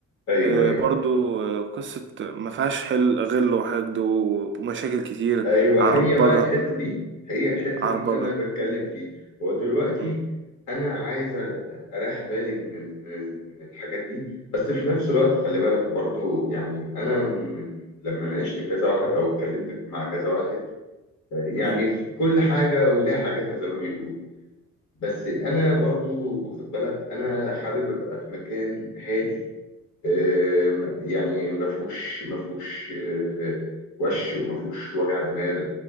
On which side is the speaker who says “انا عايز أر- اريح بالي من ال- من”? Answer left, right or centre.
Left